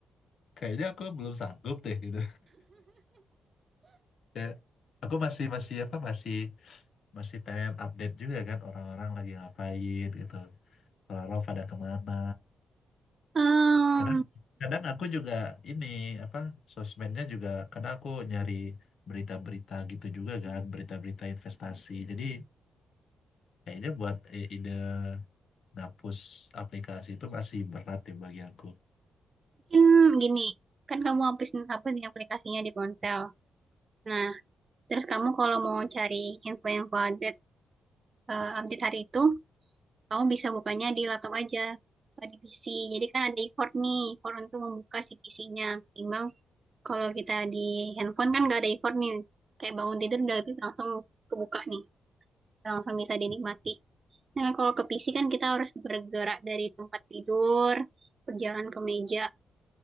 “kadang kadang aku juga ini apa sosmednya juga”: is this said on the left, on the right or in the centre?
Left